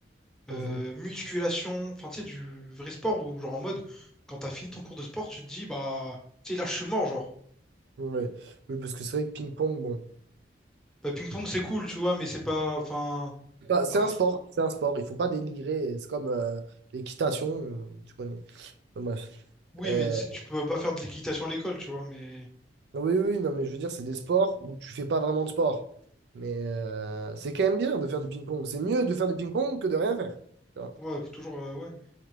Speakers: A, in the centre; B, on the right.
A: euh,
B: Mhm.
A: musculation. Enfin, tu sais, du vrai sport où, genre en mode, quand t'as fini ton cours de sport, tu te dis, bah, tu sais, là, je suis mort, genre.
B: Ouais. Oui, parce que c'est vrai que ping-pong, bon.
A: Bah, ping-pong, c'est cool, tu vois, mais c'est pas... Enfin...
B: Bah, c'est
A: bah,
B: un sport, c'est un sport. Il faut pas dénigrer. C'est comme euh, l'équitation, euh, tu connais. Enfin, bref.
A: Oui,
B: Euh,
A: mais tu sais, tu peux pas faire de l'équitation à l'école, tu vois, mais
B: oui, oui, non, mais je veux dire, c'est des sports où tu fais pas vraiment de sport. Mais euh, c'est quand même bien de faire du ping-pong. C'est mieux de faire du ping-pong que de rien faire. tu vois.
A: ouais, faut toujours, euh, ouais,